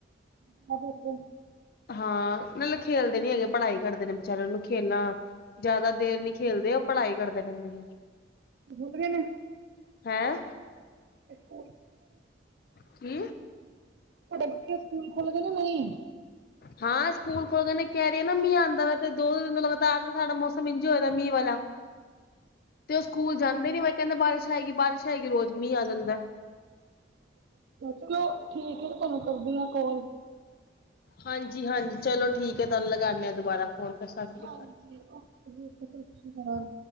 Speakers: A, on the right; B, on the left.
A: <unintelligible>
B: ਹਾਂ, ਨਹੀਂ ਖੇਲਦੇ ਨੀ ਹੈਗੇ ਪੜ੍ਹਾਈ ਕਰਦੇ ਨੇ, ਵਿਚਾਰੇ ਉਹਨਾਂ ਨੂੰ ਖੇਲਣਾ, ਜ਼ਿਆਦਾ ਦੇਰ ਨਹੀਂ ਖੇਲਦੇ ਉਹ ਪੜ੍ਹਾਈ ਕਰਦੇ ਰਹਿੰਦੇ ਨੇ।
A: ਬੋਲ ਗਏ ਨੇ।
B: ਹੈਂ!
A: ਤੇ ਸਕੂਲ,
B: ਕੀ?
A: ਤੁਹਾਡੇ ਬੱਚੇ ਸਕੂਲ ਖੁੱਲ ਗਏ ਜਾਂ ਨਹੀਂ?
B: ਹਾਂ ਸਕੂਲ ਖੋਲ ਕੇ ਨ ਕਹਿ ਰਹੀ ਨਾ ਮੀਹ ਆਉਂਦਾ ਵ ਤੇ ਦੋ ਦੋ ਦਿਨ ਲਗਾਤਾਰ ਸਾਡਾ ਮੌਸਮ ਇੰਝ ਹੋ ਰਿਆ ਮੀਂਹ ਵਾਲਾ। ਤੇ ਉਹ ਸਕੂਲ ਜਾਂਦੇ ਨੀ ਮ ਕਹਿੰਦਾ ਬਾਰਿਸ਼ ਆਏਗੀ ਬਾਰਿਸ਼ ਆਏਗੀ ਰੋਜ਼ ਮੀਂਹ ਆ ਜਾਂਦਾ।
A: ਚਲੋ ਠੀਕ ਹੈ ਤੁਹਾਨੂੰ ਕਰਦੀ ਹਾਂ ਕਾਲ।
B: ਹਾਂਜੀ -ਹਾਂਜੀ ਚਲੋ ਠੀਕ ਹੈ ਤੁਹਾਨੂੰ ਲਗਾਉਂਦੇ ਹ ਦੁਬਾਰਾ ਫੋਨ। ਸਤਿ ਸ਼੍ਰੀ
A: ਹਾਂਜੀ
B: ਅਕਾਲ।
A: ਓ ਜ ਓ ਸਤ ਸ਼੍ਰੀ ਅਕਾਲ।